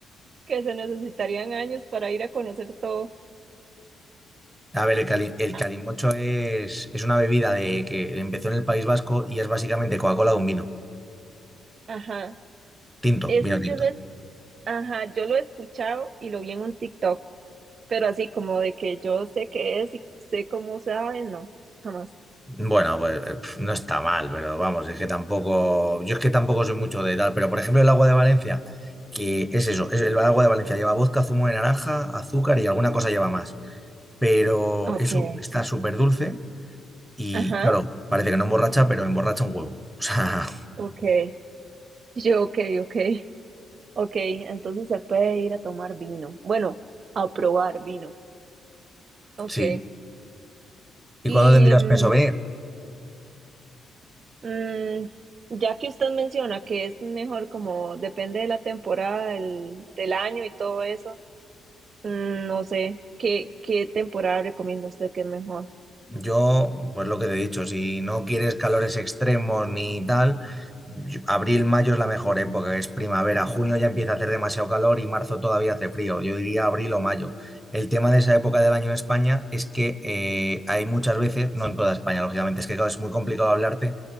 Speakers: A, on the right; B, in the centre.
A: que se necesitarían años para ir a conocer todo.
B: A ver, el, cali- el
A: A-
B: calimocho es, es una bebida de, que empezó en el País Vasco y es básicamente Coca-Cola con vino.
A: Ajá.
B: Tinto,
A: Ese
B: vino tinto.
A: yo lo he, ajá, yo lo he escuchado y lo vi en un TikTok, pero así como de que yo sé qué es y sé cómo se sabe, no, jamás.
B: Bueno, pues eh, pf, no está mal, pero vamos, es que tampoco. Yo es que tampoco soy mucho de tal, pero por ejemplo, el agua de Valencia, que es eso, es el agua de Valencia lleva vodka, zumo de naranja, azúcar y alguna cosa lleva más. Pero
A: Okay.
B: eso está súper dulce y,
A: Ajá.
B: claro, parece que no emborracha, pero emborracha un huevo. <laughs> O sea,
A: Okay. Yo, okay, okay. Okay, entonces se puede ir a tomar vino. Bueno, a probar vino. Okay.
B: sí. ¿Y
A: Y
B: cuándo tendrías
A: mm,
B: pensado venir?
A: Mm, ya que usted menciona que es mejor como depende de la temporada, del, del año y todo eso, mm, no sé, ¿qué, qué temporada recomienda usted que es mejor?
B: Yo, pues lo que te he dicho, si no quieres calores extremos ni tal, yo- abril, mayo es la mejor época, es primavera, junio ya empieza a hacer demasiado calor y marzo todavía hace frío, yo diría abril o mayo. El tema de esa época del año en España es que eh, hay muchas veces, no en toda España, lógicamente, es que claro, es muy complicado hablarte